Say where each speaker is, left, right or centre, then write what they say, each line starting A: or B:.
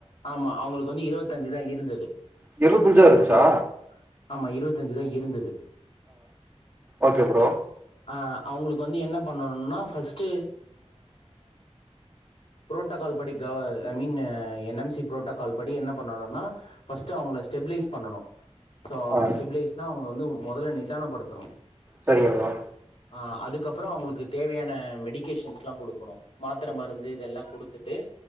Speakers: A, on the left; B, on the right.
A: ஆமா அவுங்களுக்கு வந்து இருபத்தஞ்சு தா இருந்தது
B: <unintelligible> அயிடுச்சா
A: பட் ஆமா இருவத்தஞ் சு தா இருந்தது
B: ஓகே ப்ரோ
A: அ அவுங்களுக்கு வந்து என்ன பண்ணோன்னா ஃபஸ்ட்டு புரோட்டோகால் படி கவ் ஐ மீன்னு என்னம்ஸ் சி புரோட்டோக்கால் படி என்ன பண்ணணுன்னா ஃபஸ்ட்டு அவுங்க ஸ்டெபிலைஸ் பண்ணனு சோ
B: ஆ
A: ஸ்டெபிலேஸ்னா அவுங்க வந்து மொதல்ல நிதானப் படுத்தணு
B: சரிங்கண்ணா
A: அ அதுக்கப்புறோ அவுங்களுக்கு தேவையான மெடிகேஷன்ஸ்ல்லா குடுக்கணு மாத்துர மருந்து இதெல்லா குடுத்துட்டு